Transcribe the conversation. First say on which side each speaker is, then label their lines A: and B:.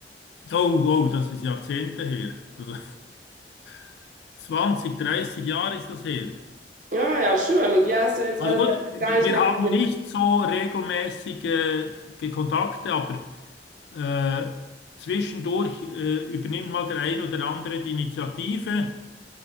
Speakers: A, on the left (about 75°); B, on the right (about 45°).
A: Oh, wow, das ist Jahrzehnte her. Also <laughs> 20, 30 Jahre ist das her.
B: Ja, ja, schön. Und die hast du jetzt
A: Also
B: alle
A: gut, wir
B: gar nicht mehr
A: haben
B: gesehen?
A: nicht so regelmäßige Kontakte, aber Äh, zwischendurch äh, übernimmt mal der ein oder andere die Initiative.